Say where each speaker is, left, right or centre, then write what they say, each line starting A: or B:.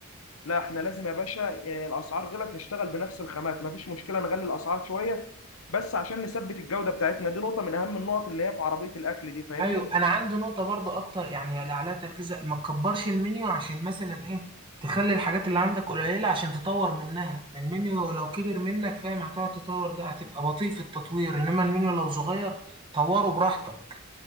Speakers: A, on the left; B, on the right.
A: لا إحنا لازم يا باشا آه، الأسعار غلت نشتغل بنفس الخامات مفيش مشكلة نغلي الأسعار شوية بس عشان نثبت الجودة بتاعتنا دي نقطة من أهم النقط اللي هي في عربية الأكل دي فاهمني
B: أيوه أنا عندي نقطة برضه أكتر يعني اللي عليها تركيز ما تكبرش المنيو عشان مثلا إيه تخلي الحاجات اللي عندك قليلة عشان تطور منها المنيو لو كبر منك فاهم هتقعد تطور ده هتبقى بطيء في التطوير إنما المنيو لو صغير طوره براحتك